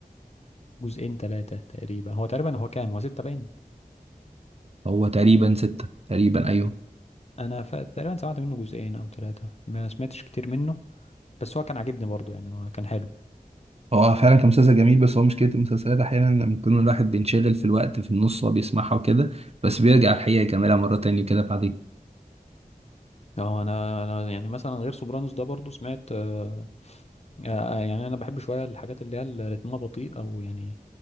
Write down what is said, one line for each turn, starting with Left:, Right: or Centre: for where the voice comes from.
Left: جزئين ثلاثة تقريبا هو تقريبا هو كام هو ستة باين
Right: هو تقريبا ستة تقريبا ايوه
Left: انا ف... تقريبا سمعت منه جزئين او ثلاثة ما سمعتش كتير منه بس هو كان عاجبني برضه يعني هو كان حلو
Right: هو فعلا كان مسلسل جميل بس هو مشكلة المسلسلات أحيانا لما يكون الواحد بينشغل في الوقت في النص وهو بيسمعها وكده بس بيرجع الحقيقة يكملها مرة تانية كده بعد
Left: اه انا انا يعني مثلا غير سوبرانوس ده برضه سمعت آه، آه، آه، يعني انا بحب شويه الحاجات اللي هي اللي رتمها بطيء او يعني